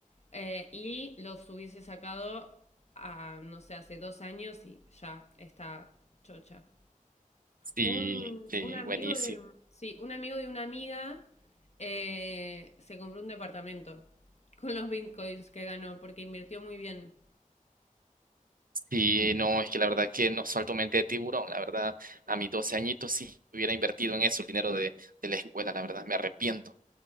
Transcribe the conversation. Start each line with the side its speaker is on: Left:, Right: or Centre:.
Left: eh, y los hubiese sacado a, no sé, hace dos años y ya está chocha.
Right: Sí,
Left: Un,
Right: sí,
Left: un amigo
Right: buenísimo.
Left: de, sí, un amigo de una amiga eh, se compró un departamento con los bitcoins que ganó porque invirtió muy bien.
Right: Sí, no, es que la verdad que no salto mente de tiburón, la verdad, a mis 12 añitos sí, hubiera invertido en eso el dinero de, de la escuela, la verdad, me arrepiento.